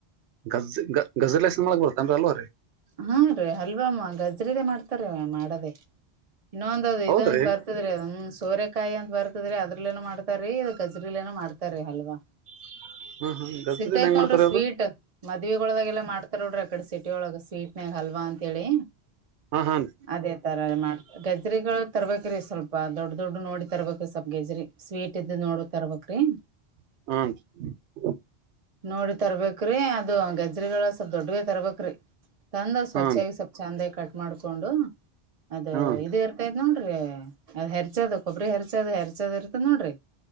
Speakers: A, on the right; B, on the right.
A: ಗಜ್ ಗಜ ಲೈಸನ್ ಮಾಡಳಗ್ ಬರ್ತೇನ್ರಿ ಅಲ್ವ ರೀ.
B: ಹಾ ರೀ ಅಲ್ವಾ ಗಜ್ರದೇ ಮಾಡ್ತಾರೀ ಮಾಡದೆೇ ಇನ್ನೊಂದದು
A: ಹೌದ್ರಿ
B: ಇದೊಂದ್ ಬರ್. ತದೀ್ ಸೋರೆಕಾಯಿ ಅಂತ ಬರ್ತದ್ರೀ ಅದ್ರಲೇನನು ಮಾಡ್ತಾರೀ ಗಜ್ರಲ್ಲೇನನು ಮಾಡ್ತಾರೀ ಅಲ್ವಾ.
A: <unintelligible> ಗಜ್ಜರಿಲ್
B: ಸೀತಯತ್
A: ಹೆಂಗ್ ಮಾಡ್ತಾರ
B: ನೋಡ್ರಿ ಸ್ವೀಟ್
A: ಅದು
B: ಮದ್ಗದಾಗೆಲ್ಲಾ ಮಾಡ್ತ. ನೋಡ್ರಿ ಕಡೆ ಸಿಟಿ ಒಳ ಸ್ವೀಟ್ ನಾಗ ಹಲ್ವಾ ಅಂತ ಹೇಳಿ.
A: ಹಾ ಹಾ-
B: ಅದೇ ತರ ಮಾಡ್ತ ಗಜ್ರಿಗಳು ತರ್ಬೇಕೇ್ರೀ ಸ್ವಲ್ಪ ದೊಡ್ಡ ದೊಡ್ಡ ನೋಡಿ ತರ್ಬೇಕೇ್ರಿ ಸ್ವಲ್ಪ ಗಜ್ರಿ. ಸ್ವೀಟ್ ಇದ್ದ ನೋಡ ತರ್ಬ್ರಿ.
A: ಹ್ಮ-
B: ನೋಡಿ ತರ್ಬೇಕೇ್ರಿ ಅದು ಗಜ್ರಗಳು ಸ್ವಲ್ ದೊಡ್ವ ತರ್ಬೇಕ್ರಿ. ತಂದ ಸ್ವಚ್ಛಗ
A: ಹ್ಮ್
B: ಸ್ವಲ್ ಚಂದಾಗಿ ಕಟ್ ಮಾಡ್ಕೊಂಡು ಅದು
A: ಹ್ಮ್
B: ಇದೇ. ್ ನೋಡ್ರಿ ಅದ್ ಹೆರಚದು ಕೊಬ್ಬರಿ ಹೆರಚದು ಹೆರ್ಚದು್ ಇರ್ತ ನೋಡ್ರಿ.